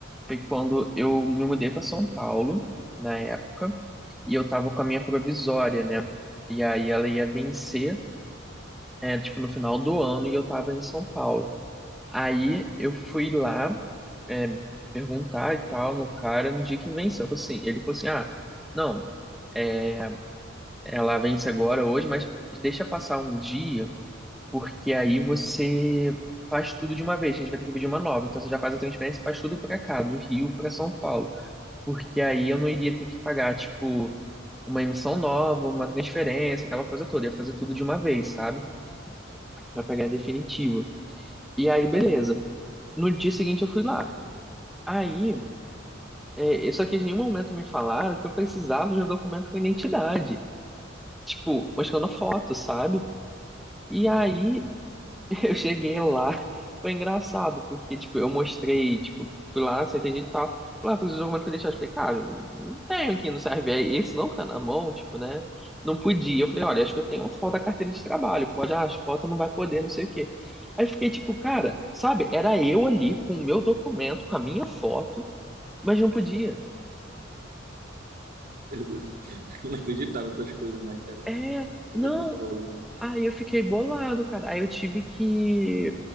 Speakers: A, in the centre; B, on the right.
A: foi quando eu me mudei para São Paulo, na época, e eu tava com a minha provisória, né? E aí ela ia vencer, é, tipo, no final do ano, e eu tava em São Paulo. Aí eu fui lá, é, perguntar e tal no cara no dia que venceu. Eu falei Assim, ele falou assim: ah, não, é, ela vence agora hoje, mas deixa passar um dia, porque aí você faz tudo de uma vez. A gente vai ter que pedir uma nova. Então você já faz a transferência, faz tudo para cá, do Rio para São Paulo porque aí eu não iria ter que pagar, tipo, uma emissão nova, uma transferência, aquela coisa toda. Ia fazer tudo de uma vez, sabe? Pra pegar definitivo. E aí, beleza. No dia seguinte eu fui lá. Aí, é, só que em nenhum momento me falaram que eu precisava de um documento com identidade. Tipo, mostrando a foto, sabe? E aí <laughs> Eu cheguei lá, foi engraçado, porque, tipo, eu mostrei, tipo, fui lá, se atendi e tal. Falei, ah, preciso de alguma coisa pra deixar. Eu falei, cara, eu não tenho aqui no serve. Aí, Esse não que tá na mão, tipo, né? Não podia. Eu falei, olha, acho que eu tenho uma foto da carteira de trabalho. Pode, ah, as fotos não vai poder, não sei o quê. Aí fiquei, tipo, cara, sabe? Era eu ali com o meu documento, com a minha foto, mas não podia.
B: Eu- eu- <laughs> Inacreditável essas coisas, né, cara?
A: É,
B: Como
A: não,
B: é que pode?
A: Aí eu fiquei bolado, cara. Aí eu tive que.